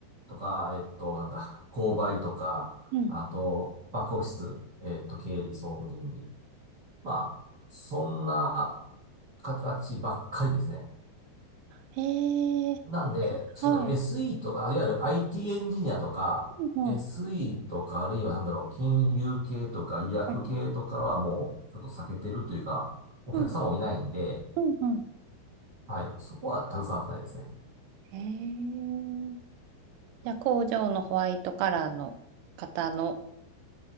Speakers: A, on the right; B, on the right.
A: とか、えっと、なんだ、購買とか、
B: うん。
A: あと、バックオフィス、えっと、経理、総務、人事。まあ、そんな形ばっかりですね。
B: へえ。
A: なんで、ちょっと
B: はい。
A: SE とか、いわゆる IT エンジニアとか、
B: うん、うん、
A: SE
B: は
A: とか、あるいはなんだろう、金融系とか、医薬系とかはもう、
B: いはい
A: ちょっと避けてるというか、お客様もいないんで、
B: うん、うん、うん。
A: はい、そこは携わってないですね。
B: へえ。じゃあ工場のホワイトカラーの方の、